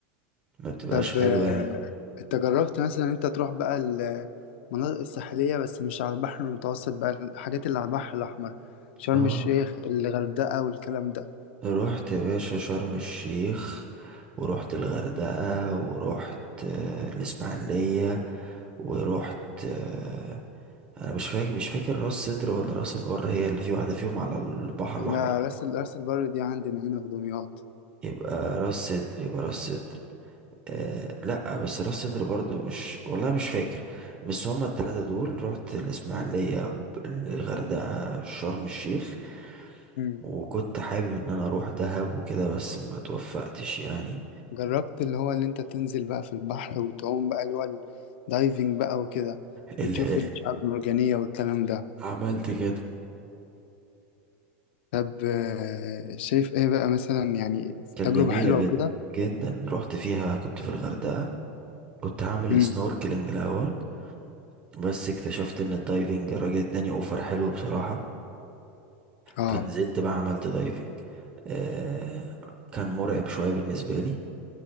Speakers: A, on the right (about 15°); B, on the left (about 55°).
A: ما بتبقاش
B: طب
A: حلوة
B: آه،
A: يعني
B: انت جربت مثلا انت تروح بقى المناطق الساحلية بس مش على البحر المتوسط بقى الحاجات اللي على البحر الأحمر شرم
A: اه
B: الشيخ الغردقة والكلام ده
A: رحت يا باشا شرم الشيخ ورحت الغردقة ورحت آه، الإسماعيلية ورحت آه، أنا مش فاكر مش فاكر راس سدر ولا راس البر هي اللي في واحدة فيهم على البحر الأحمر
B: لا راس ال- راس البر دي عندنا هنا في دمياط
A: يبقى راس سدر يبقى راس سدر أه لأ بس راس سدر برضو مش والله مش فاكر بس هما التلاتة دول رحت الإسماعيلية ب- الغردقة شرم الشيخ
B: مم.
A: وكنت حابب ان انا اروح دهب وكده بس ما توفقتش يعني
B: جربت اللي هو اللي انت تنزل بقى في البحر وتعوم بقى اللي هو الدايفنج بقى وكده
A: <laughs>
B: وتشوف الشعاب المرجانية والكلام ده
A: عملت كده
B: طب آه، شايف ايه بقى مثلا يعني
A: كانت
B: تجربة
A: جميلة
B: حلوة
A: جدا
B: وكده
A: جدا رحت فيها كنت في الغردقة كنت هعمل
B: امم
A: سنوركلينج الأول بس اكتشفت إن الدايفنج الراجل اداني أوفر حلو بصراحة
B: اه
A: فنزلت بقى عملت دايفنج آه كان مرعب شوية بالنسبة لي